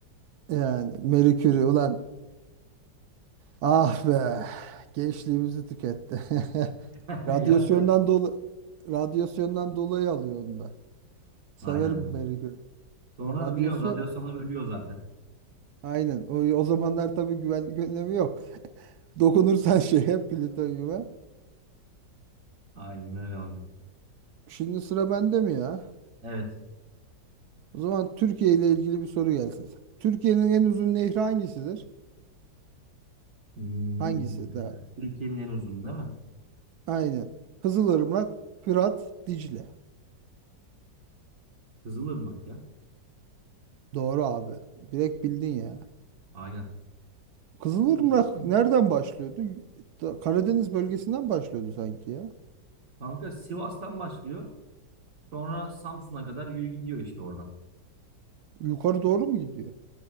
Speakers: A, on the right; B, on the right.
A: yani Marie Curie ulan ah be gençliğimizi tüketti. <laughs>
B: <laughs>
A: Radyasyondan
B: Yok Ha, lan.
A: dolu radyasyondan dolayı alıyor onu da. Severim
B: Aynen abi.
A: Marie Curie'yi.
B: Sonra
A: Radyosu
B: biliyor radyasyonla ölüyor zaten.
A: aynen. O, o zamanlar tabii güvenlik önlemi yok. Dokunursan şey hep plütonyuma.
B: Aynen öyle abi.
A: Şimdi sıra bende mi ya?
B: Evet.
A: O zaman Türkiye ile ilgili bir soru gelsin. Türkiye'nin en uzun nehri hangisidir?
B: Hmm,
A: Hangisi
B: e,
A: daha?
B: Türkiye'nin en uzun değil mi?
A: Aynen. Kızılırmak, Fırat, Dicle.
B: Kızılırmak ya.
A: Doğru abi. Direkt bildin ya.
B: Aynen.
A: Kızılırmak
B: Yeşil mi?
A: nereden başlıyordu? da- Karadeniz bölgesinden başlıyordu sanki ya.
B: Kanka Sivas'tan başlıyor. Sonra Samsun'a kadar yürü gidiyor işte oradan.
A: Yukarı doğru mu gidiyor?